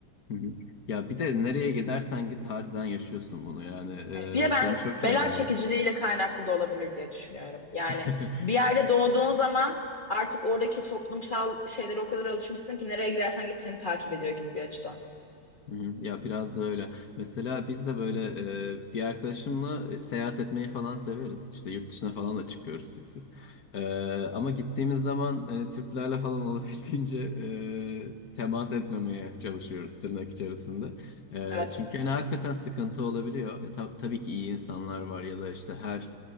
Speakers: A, on the left (about 60°); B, on the left (about 30°).
A: Hı hı. Ya bir de nereye gidersen git harbiden yaşıyorsun bunu yani Ee,
B: Bir de ben
A: seni çok
B: bela
A: iyi anladım.
B: çekiciliğiyle kaynaklı da olabilir diye düşünüyorum. Yani
A: <laughs>
B: bir yerde doğduğun zaman artık oradaki toplumsal şeylere o kadar alışmışsın ki nereye gidersen git seni takip ediyor gibi bir açıdan.
A: Hı hı. Ya biraz da öyle. Mesela biz de böyle e, bir arkadaşımla e, seyahat etmeyi falan severiz. İşte yurt dışına falan da çıkıyoruz sık sık. E, ama gittiğimiz zaman e, Türklerle falan <laughs> olabildiğince e, temas etmemeye çalışıyoruz tırnak içerisinde.
B: Evet.
A: E, çünkü hani hakikaten sıkıntı olabiliyor. E, ta- tabii ki iyi insanlar var ya da işte her